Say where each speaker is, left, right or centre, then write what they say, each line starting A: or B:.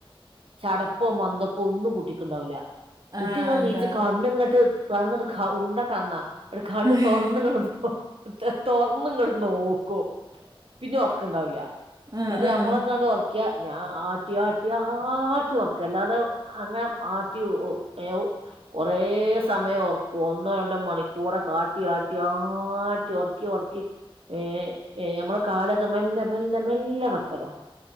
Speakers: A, on the right; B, on the right.
A: ചടപ്പോ മന്ദപ്പോ ഒന്നും കുട്ടിക്കുണ്ടാവില്ല
B: ആ
A: കുട്ടിങ്ങണീച്ച്
B: എന്താ
A: കണ്ണിങ്ങട്ട് അതങ്ങിട്ട് ഉണ്ട കണ്ണാ കണ്ണ്
B: ആഹ്
A: തുറന്നാങ്ങള് തുറന്ന് ഇങ്ങനെ നോക്കും പിന്നെ ഉറക്കുണ്ടാവില്ല
B: ആഹ്
A: ന്നിട്ട്
B: ആഹ്
A: നമ്മളെക്കണ്ട് ഉറക്കിയ ഞാൻ ആട്ടി ആട്ടി ആട്ടി ഉറക്കും അല്ലാതെ അങ്ങനെ ആട്ടി <unintelligible> കുറേ സമയം ഉറക്കും ഒന്നോ രണ്ടോ മണിക്കൂറൊക്കെ ആട്ടി ആട്ടി ആ ഉറക്കി ഉറക്കി ഏ ഏ ഞമ്മളെ കാലൊക്കെ മെല്ലെ മെല്ലെ മെല്ലെ വെക്കലാ